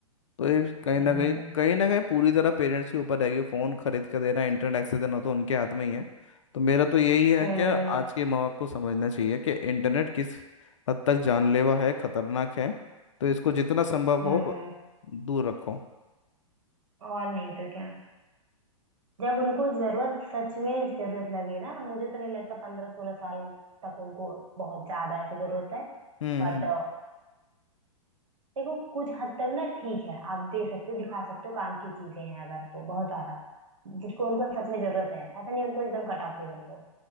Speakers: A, on the left; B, on the right.
A: तो ये कहीं ना
B: हम्म
A: कहीं कहीं ना कहीं पूरी तरह पेरेंट्स के ऊपर रहेगी फोन खरीद के देना इंटरनेट एक्सेस देना तो उनके हाथ में ही है तो मेरा तो यही है
B: हम्म
A: कि आज के माँ बाप को समझना चाहिए कि इंटरनेट किस हद तक जानलेवा है खतरनाक है तो इसको जितना संभव
B: हम्म
A: हो ब- दूर रखो
B: और नहीं तो क्या जब उनको जरूरत सच में जरूरत लगे ना मुझे तो नहीं लगता पंद्रह सोलह साल तक उनको बहुत ज्यादा ऐसी जरूरत है
A: हम्म
B: बट
A: हम्म
B: देखो कुछ हद तक ना ठीक है आप दे सकते हो दिखा सकते हो काम की चीजें हैं अगर तो बहुत ज्यादा जिसको उनको सच में जरूरत है ऐसा नहीं उनको एकदम कट ऑफ कर दो